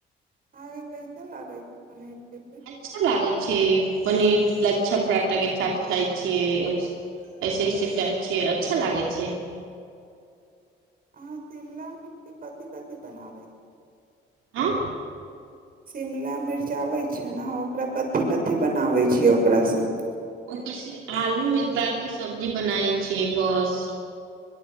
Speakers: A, on the right (about 45°); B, on the right (about 85°).
A: अहाँके कैसे लागै छै पनीर चिल्ली
B: अच्छा लागै छै पनीर लच्छा पराठा के साथ खाइ छियै ओइसँ ऐसे ऐसे खाय छियै अच्छा लागै छै
A: अहाँ शिमला मिर्च के कथि कथि बनाबै छिये
B: हँ
A: शिमला मिर्च आबै छै ने ओकरा कथी कथी बनाबै छी ओकरा सँ
B: ओ किसी आलू मे डाल के सब्जी बनाबै छियै रस